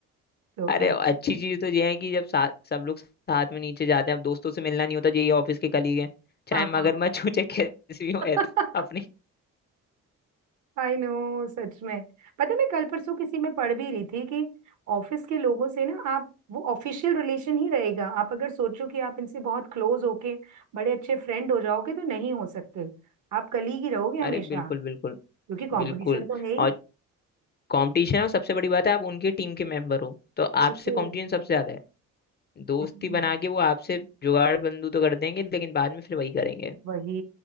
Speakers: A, on the right; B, on the left.
A: तो
B: अरे
A: ऐसे
B: अच्छी चीज तो ये है कि जब साथ सब लोग साथ में नीचे जाते हैं अब दोस्तों से मिलना नहीं होता ये ऑफिस के कलीग हैं चाहे
A: हाँ
B: मगरमच्छ
A: हाँ
B: हो चाहे कैसी भी हो
A: <laughs>
B: है तो अपनी
A: आई नो सच में पता है मैं कल परसों किसी में पढ़ भी रही थी कि ऑफिस के लोगों से ना आप वो ऑफिशियल रिलेशन ही रहेगा आप अगर सोचो कि आप इनसे बहुत क्लोज होके बड़े अच्छे फ्रेंड हो जाओगे तो नहीं हो सकते आप कलीग ही रहोगे हमेशा
B: अरे बिल्कुल बिल्कुल
A: क्योंकि कंपटीशन
B: बिल्कुल
A: तो है ही
B: और कंपटीशन है और सबसे बड़ी बात है आप उनकी टीम के मेंबर हो तो
A: बिल्कुल
B: आपसे कंपटीशन सबसे ज्यादा है दोस्ती
A: हम्म,
B: बना के वो आपसे जुगाड़ बंदू तो कर देंगे लेकिन बाद में फिर वही करेंगे
A: वही